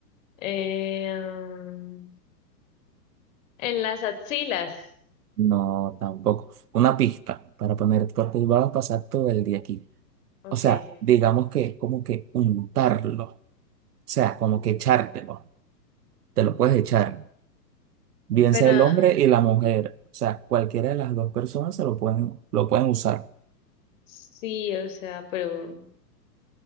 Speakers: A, on the left; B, on the right.
A: Eh, mm, en las axilas.
B: No, tampoco. Una pista para poner, porque vamos a pasar todo el día aquí.
A: Ok.
B: O sea, digamos que es como que untarlo. O sea, como que echártelo. Te lo puedes echar. bien
A: Bueno,
B: sea el hombre y la mujer, o sea, cualquiera de las dos personas se lo pueden, lo pueden usar.
A: sí, o sea, pero